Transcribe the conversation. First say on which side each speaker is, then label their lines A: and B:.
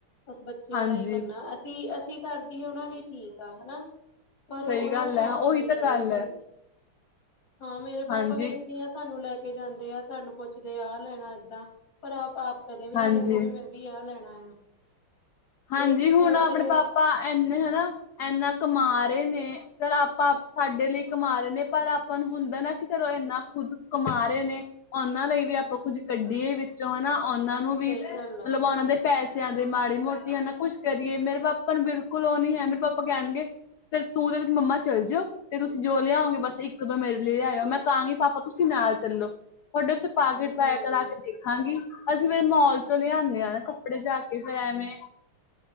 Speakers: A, on the left; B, on the left.
A: ਬਸ ਬੱਚੇਆਂ
B: ਹਾਂਜੀ
A: ਦਾ ਈ ਕਰਨਾ। ਅਸੀ ਅਸੀ ਕਰਦੀਏ ਔਨਾ ਲਈ ਠੀਕ ਆ ਹਨਾ।
B: ਸਹੀ
A: ਔਨਾਂ
B: ਗੱਲ
A: ਨੇ
B: ਐ
A: ਆਪ
B: ਉਹੀ
A: ਨੀ
B: ਤਾਂ
A: ਕਦੇ
B: ਗੱਲ
A: ਹੁਨ
B: ਐ,
A: ਹਾਂ ਮੇਰੇ ਪਾਪਾ
B: ਹਾਂਜੀ,
A: ਵੀ ਏਦਾਂ ਈ ਆ। ਸਾਨੂੰ ਲੈ ਕੇ ਜਾਂਦੇ ਆ ਸਾਨੂੰ ਪੁੱਛਦੇ ਆ ਲੈਣਾ ਐਦਾਂ। ਪਰ ਆਪ ਆਪ ਕਦੇ ਵੀ
B: ਹਾਂਜੀ।
A: ਨੀ ਕੇਂਦੇ ਵੀ ਮੈਂ ਵੀ ਆ ਲੈਣਾ ਆ।
B: ਹਾਂਜੀ
A: ਇਹ ਚੀਜ਼ਾਂ
B: ਹੁਣ
A: ਦਾ
B: ਅਪਣੇ
A: ਫੇਰ
B: ਪਾਪਾ ਐਨੇ ਹਨਾ ਐਨਾ ਕਮਾ ਰੇ ਨੇ ਫੇਰ ਆਪਾਂ ਸਾਡੇ ਲਈ ਕਮਾ ਰੇ ਨੇ ਪਰ ਆਪਾਂ ਨੂੰ ਹੁੰਦਾ ਨਾ ਕਿ ਚਲੋ ਏਨਾ ਖੁਦ ਕਮਾ ਰੇ ਨੇ। ਔਨਾਂ ਲਈ ਵੀ ਆਪਾਂ ਕੁੱਝ ਕੱਢੀਏ ਵਿੱਚੋਂ ਹੈਨਾ ਔਨਾਂ ਨੂੰ ਵੀ
A: ਸਹੀ
B: ਮਲਬ
A: ਗੱਲ ਆ
B: ਓਨਾਂ ਦੇ ਪੈਸੇਆਂ ਦੇ ਮਾੜੀ ਮੋ ਕਿ ਏਨਾ ਕੁਛ ਕਰੀਏ ਮੇਰੇ ਪਾਪਾ ਨੂੰ ਬਿਲਕੁੱਲ ਓ ਨੀ ਹੈ ਮੇਰੇ ਪਾਪਾ ਕੈਣਗੇ ਫੇਰ ਤੂੰ 'ਤੇ ਮੰਮਾ ਚੱਲ ਜੋ 'ਤੇ ਤੁਸੀ ਜੋ ਲਿਆਓਗੇ ਬਸ ਇੱਕ-ਦੋ ਮੇਰੇ ਲਈ ਲਿਆਓ ਮੈਂ ਕਾਂਗੀ ਪਾਪਾ ਤੁਸੀ ਨਾਲ ਚੱਲੋ, ਤੁਹਾਡੇ ਉਥੇ ਪਾ ਕੇ ਟਰਾਏ
A: ਹਮ
B: ਕਰਾ ਕੇ ਦੇਖਾਂਗੀ ਅਸੀ ਫੇਰ ਮੋਲ ਚੋਂ ਲੈ ਆਨੇ ਆ ਨਾ ਕੱਪੜੇ ਜਾ ਕੇ ਫੇਰ ਐਵੇਂ